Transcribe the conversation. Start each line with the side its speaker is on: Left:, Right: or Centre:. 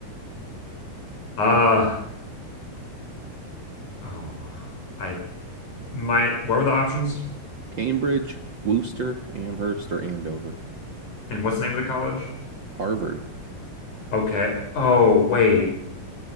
Left: Uh. Oh. I. My. What were the options?
Right: Cambridge, Worcester, Amherst, or Andover.
Left: And what's the name of the college?
Right: Harvard.
Left: Okay. Oh, wait.